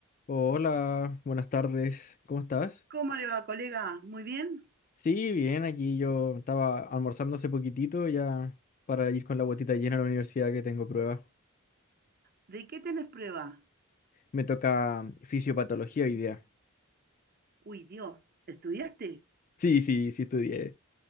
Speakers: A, on the left; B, on the right.
A: Hola, buenas tardes, ¿cómo estás?
B: ¿Cómo le va, colega? ¿Muy bien?
A: Sí, bien, aquí yo estaba almorzando hace poquitito ya para ir con la botita llena a la universidad que tengo pruebas.
B: ¿De qué tenés prueba?
A: Me toca mm, fisiopatología hoy día.
B: Uy, Dios, ¿estudiaste?
A: Sí, sí, sí estudié,